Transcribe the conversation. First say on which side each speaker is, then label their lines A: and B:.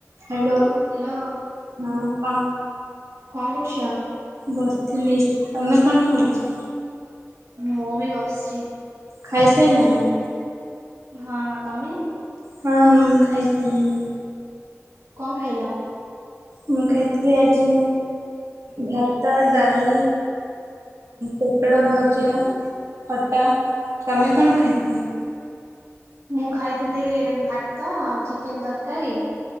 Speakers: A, on the right; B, on the right.
A: Hello
B: hello.
A: ହଁ କଣ
B: କଣ କରୁଛ?
A: ବସିଥିଲି। ତମେ କଣ କରୁଛ?
B: ମୁଁ ବି ବସିଛି।
A: ଖାଇ ସାଇ ଲଣି?
B: ହଁ ତମେ?
A: ହଁ ମୁଁ ବି ଖାଇ ସାଇ ଲିଣି।
B: କଣ ଖାଇଲ?
A: ମୁଁ ଖାଇଥିଲି ଆଜି ଭାତ, ଡାଲି ପୋଟଳ ଭଜା, ଖଟା। ତମେ କଣ ଖାଇଥିଲ?
B: ମୁଁ ଖାଇଥିଲି ଭାତ, ଆଉ ଚିକେନ୍ ତରକାରୀ